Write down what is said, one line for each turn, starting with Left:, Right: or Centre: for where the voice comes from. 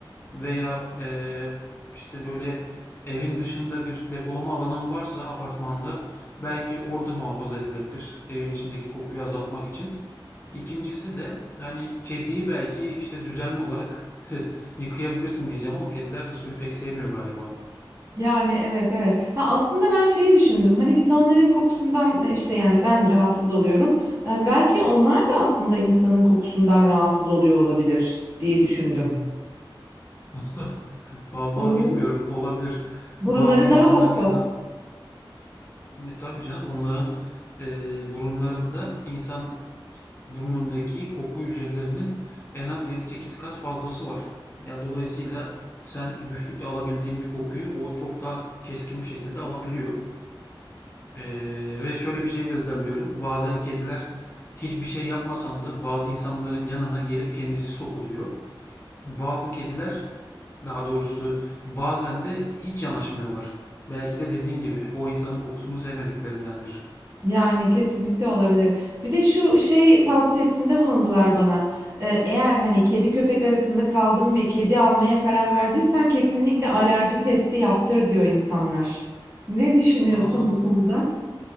Left: veya eee, işte böyle evin dışında bir depolama alanın varsa apartmanda belki orada muhafaza edilebilir. Evin içindeki kokuyu azaltmak için. İkincisi de yani kediyi belki işte düzenli olarak <laughs> yıkayabilirsin diyeceğim ama kediler de suyu pek sevmiyor galiba.
Right: Yani, evet, evet. Ya, aslında ben şeyi düşündüm, hani, biz onların kokusundan, eee, işte, yani, ben rahatsız oluyorum. Eee, belki onlar da aslında insanın kokusundan rahatsız oluyor olabilir diye düşündüm.
Left: <laughs> Vallahi
Right: Onların
Left: bilmiyorum olabilir.
Right: burunları
Left: Bazı insanların
Right: daha hassas.
Left: yanına E, tabii canım onların e, burunlarında insan burnundaki koku hücrelerinin en az yedi sekiz kat fazlası var. Ya dolayısıyla sen güçlükle alabildiğin bir kokuyu o çok daha keskin bir şekilde alabiliyor. E, ve şöyle bir şey gözlemliyorum. Bazen kediler hiçbir şey yapmasan da bazı insanların yanına gelip kendisi sokuluyor. Bazı kediler daha doğrusu bazen de hiç yanaşmıyorlar. Belki de dediğin gibi o insanın kokusunu sevmediklerindendir.
Right: Yani, kesinlikle olabilir. Bir de şu şey tavsiyesinde bulundular bana. Eee, eğer, hani, kedi köpek arasında kaldım ve kedi almaya karar verdiysen kesinlikle alerji testi yaptır diyor insanlar. Ne düşünüyorsun
Left: Aa,
Right: bu konuda?